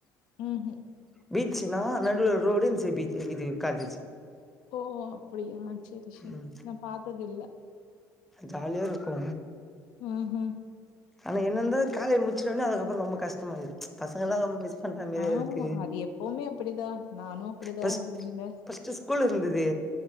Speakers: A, on the left (about 75°); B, in the centre.
A: ம்ஹ்ம்.
B: பீச்சுனா நடுவுல ரோடு இந்த சைடு பீச் இது காலேஜு
A: ஓ அப்புடியா செரி செரி
B: ம்
A: நா பாத்தது இல்ல
B: ஜாலியா இருக்கோ
A: ம்ஹ்ம்.
B: ஆனா என்ன இர்ந்தாலோ காலேஜ் முடிச்சிட்டவொன்னே அதுக்கப்புறோ ரொம்போ கஷ்டமாற்க்குது பசங்களா ரொம்ப மிஸ் பண்றா மேரியா
A: ஆமா.
B: இருக்கு
A: அது எப்பவுமே அப்படிதான். நானும் அப்படிதான்
B: பஸ்ட்
A: இருந்தேன்.
B: பஸ்ட்டு ஸ்கூல் இர்ந்துது